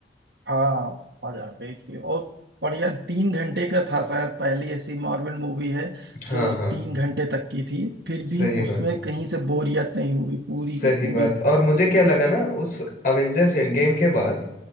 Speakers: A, on the right; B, on the left.
A: हाँ मजा आ गई थी और बढ़िया तीन घंटे का था शायद पहली ऐसी मार्वल मूवी है
B: हाँ
A: जो
B: हाँ
A: तीन घंटे तक की थी फिर भी
B: सही
A: वो उसमें
B: बात
A: कहीं से बोरियत नहीं हुई पूरी
B: सही
A: की पूरी
B: बात और मुझे क्या लगा ना उस अवेंजर्स एंड गेम के बाद